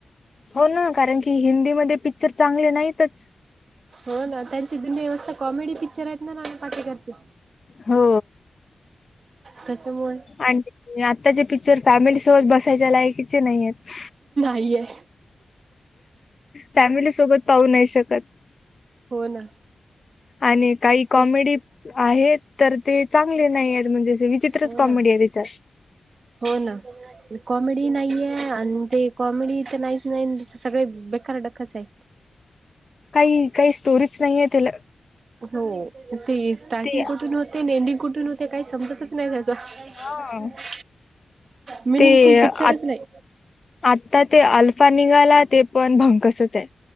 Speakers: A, on the left (about 35°); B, on the right (about 55°).
A: हो ना कारण की हिंदीमध्ये पिक्चर चांगले नाहीतच
B: हो ना त्यांची जुन्या व्यवस्था कॉमेडी पिक्चर आहेत नाना पाटेकरची
A: हो.
B: त्याच्यामुळे
A: आणि आत्ताचे पिक्चर फॅमिलीसोबत बसायच्या लायकीचे नाहीयेत
B: ये
A: फॅमिली सोबत पाहू नाही शकत.
B: हो ना
A: आणि काही कॉमेडी
B: तशी
A: आहेत तर ते चांगले नाहीयेत म्हणजे असे विचित्रच
B: हो
A: कॉमेडी
B: ना
A: आहेत तिच्यात
B: हो ना कॉमेडी नाहीये आणि ते कॉमेडी इथ नाहीच नाही सगळे बेकार डखच हाय
A: काही काही स्टोरीच नाहीये तीला
B: हो ते स्टार्टिंग
A: ते
B: कुठून होते आणि एंडिंग कुठून होते काय समजत च नाही जायच
A: हा
B: मिनिंगफुल
A: ते आ
B: पिक्चरच नाही.
A: आता ते अल्फा निघाला ते पण भंकसच हाय.